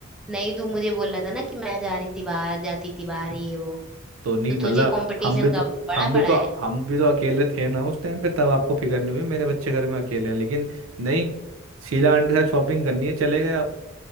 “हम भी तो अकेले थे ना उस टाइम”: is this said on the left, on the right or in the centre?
Right